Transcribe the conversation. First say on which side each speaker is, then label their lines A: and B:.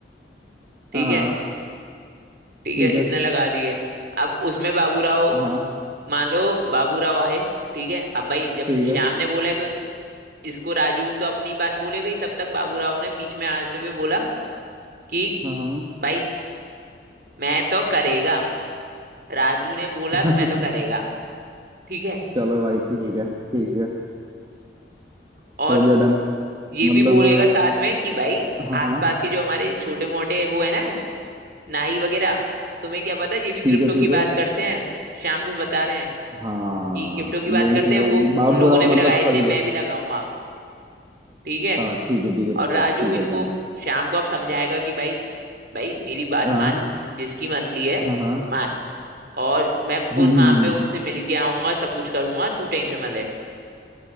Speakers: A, on the right (about 55°); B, on the right (about 25°).
A: ठीक
B: हाँ
A: है ठीक
B: ठीक
A: है
B: है
A: इसने लगा दिए अब उसमें बाबू राव
B: हाँ
A: मान लो बाबू राव आए ठीक है अब भाई जब
B: ठीक है
A: श्याम ने बोला है तो इसको राजू तो अपनी बात बोलेगा ही तब तक बाबू राव ने बीच में आते हुए बोला कि
B: हाँ हाँ
A: भाई मैं तो करेगा राजू ने बोला
B: <laughs>
A: तो मैं तो करेगा ठीक है
B: चलो भाई ठीक है ठीक है
A: और
B: हो गया डन
A: ये
B: मतलब
A: भी बोलेगा साथ में कि भाई
B: अ, हाँ
A: आसपास
B: हाँ
A: के जो हमारे छोटे मोटे वो है ना नाई वगैरह तुम्हें क्या पता ये भी क्रिप्टो
B: ठीक है
A: की
B: ठीक
A: बात
B: है
A: करते हैं शाम को बता रहे हैं
B: हाँ
A: कि क्रिप्टो की बात
B: ये भी
A: करते
B: ठीक
A: हैं वो
B: है कि बाबू
A: उन लोगों
B: राव
A: ने
B: मतलब
A: भी लगाया इसलिए
B: फंस गया
A: मैं भी लगाऊंगा ठीक है
B: हाँ ठीक है ठीक है ठीक
A: और राजू
B: है ठीक
A: इनको
B: है डन
A: शाम को अब समझाएगा कि भाई भाई मेरी बात
B: हाँ
A: मान जिसकी मसली है
B: हाँ हाँ
A: मान और मैं
B: हम्म
A: खुद वहां
B: हम्म
A: पे उनसे मिल के आऊंगा सब कुछ करूंगा तू टेंशन मत ले